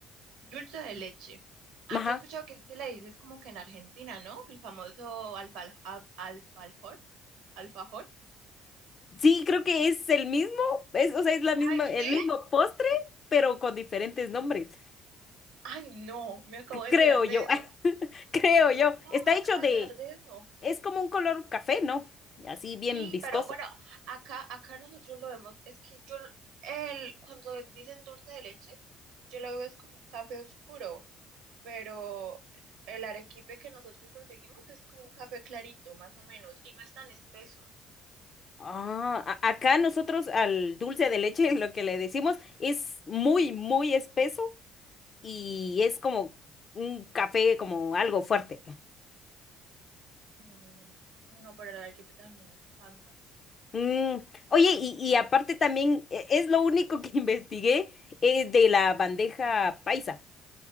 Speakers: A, on the right; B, on the left.
A: Dulce de leche. Ah,
B: Ajá.
A: yo he escuchado que se le dice es como que en Argentina, ¿no? El famoso alfal, al- alfajor, alfajor.
B: Sí, creo que es el mismo, es, o sea, es la misma,
A: Ay, sí.
B: el mismo postre, pero con diferentes nombres.
A: Ay, no, me acabo
B: C-
A: de
B: Creo
A: enterar
B: yo,
A: de eso.
B: <laughs> creo yo.
A: No,
B: Está
A: me acabo
B: hecho
A: de
B: de,
A: enterar de eso.
B: es como un color café, ¿no? Así bien
A: Sí,
B: viscoso.
A: pero bueno, acá, acá nosotros lo vemos, es que yo, el, cuando dicen dulce de leche, yo lo veo es como un café oscuro, pero el arequipe que nosotros conseguimos es como un café clarito, más o menos, y no es tan espeso.
B: Ah, a- acá nosotros al dulce de leche <laughs> lo que le decimos es muy, muy espeso y es como un café, como algo fuerte.
A: No, no, pero el arequipe también me encanta.
B: Mm, Oye, y, y aparte también e- es lo único que <laughs> investigué eh, de la bandeja paisa.